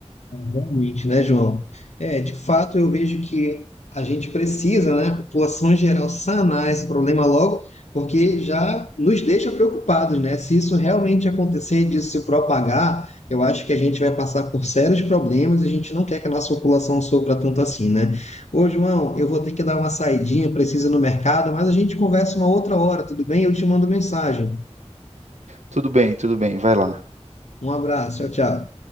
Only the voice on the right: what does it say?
Tudo bem, tudo bem, vai lá.